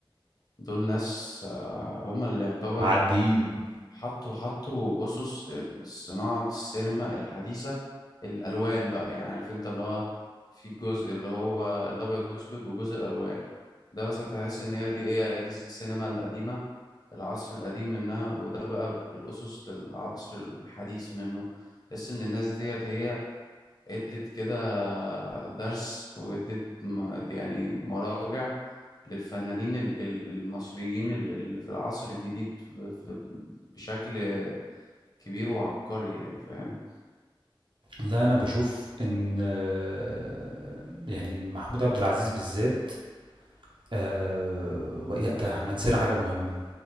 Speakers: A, on the left; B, on the right.
A: دول ناس آه، هم اللي يعتبر
B: معدّيين.
A: حطوا حطوا اسس صناعة السينما الحديثة الالوان بقى يعني عارف انت اللي هو في جزء اللي هو الابيض والاسود وجزء الالوان ده بس هتحس ان هي دي ايه دي السينما القديمة العصر القديم منها وده بقى الاسس للعصر الحديث منه تحس ان الناس ديت هي ادت كده درس وادت م- يعني مراجع للفنانين ال- ال- المصريين ال- ال- في العصر الجديد ب- ب- بشكل كبير وعبقري يعني فاهم
B: لا أنا باشوف إن آه، يعني محمود عبد العزيز بالذات آآ، ويا ده إحنا نسينا حاجة مهمة،